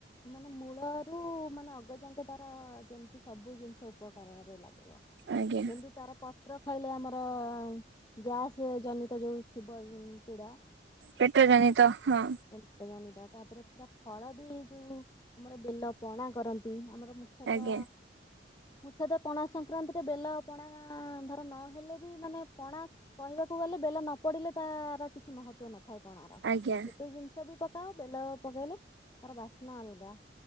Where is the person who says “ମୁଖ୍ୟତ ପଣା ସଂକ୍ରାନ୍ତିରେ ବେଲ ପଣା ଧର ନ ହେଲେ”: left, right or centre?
Left